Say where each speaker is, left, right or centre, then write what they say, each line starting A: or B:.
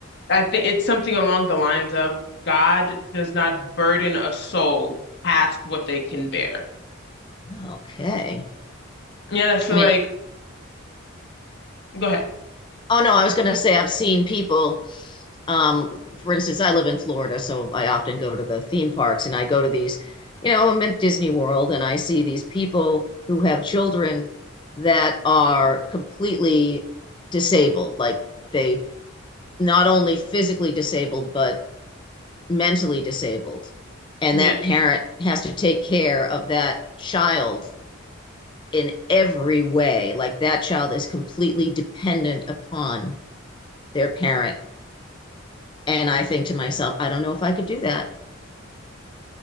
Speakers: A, on the left; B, on the left.
A: I think it's something along the lines of God does not burden a soul past what they can bear.
B: Okay.
A: And I feel
B: I mean,
A: like, go ahead.
B: oh no, I was going to say I've seen people Um, for instance, I live in Florida, so I often go to the theme parks and I go to these, you know, I'm at Disney World and I see these people who have children that are completely disabled. Like they not only physically disabled, but mentally disabled. And
A: Yes.
B: that parent has to take care of that child in every way. Like that child is completely dependent upon their parent. And I think to myself, I don't know if I could do that.